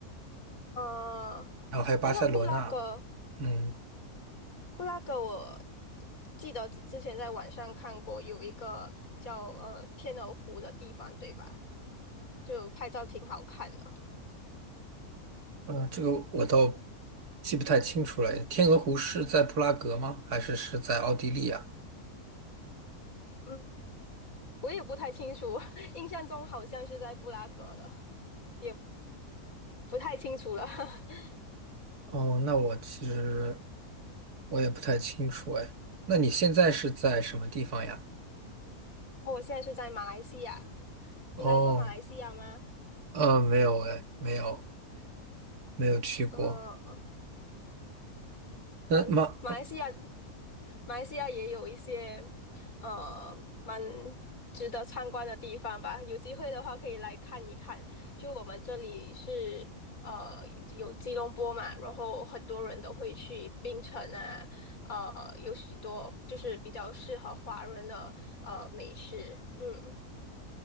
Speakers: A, on the left; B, on the right.
A: 呃，
B: 然后还有巴塞罗那，
A: 诶，那布拉格，
B: 嗯，
A: 布拉格我记得之之前在网上看过有一个叫呃天鹅湖的地方，对吧？就拍照挺好看的。
B: 呃，这个我倒记不太清楚了。天鹅湖是在布拉格吗？还是是在奥地利啊？
A: 嗯，我也不太清楚，<laughs> 印象中好像是在布拉格的，也不太清楚了。<laughs>
B: 哦，那我其实我也不太清楚哎。那你现在是在什么地方呀？
A: 我现在是在马来西亚，
B: 哦，
A: 你来过马来西亚吗？
B: 呃，没有哎，没有，没有去过。
A: 嗯
B: 那马，
A: 嗯，马来西亚，马来西亚也有一些，呃，蛮值得参观的地方吧。有机会的话，可以来看一看。就我们这里是，呃，有吉隆坡嘛，然后很多人都会去槟城啊，呃，有许多就是比较适合华人的呃美食。嗯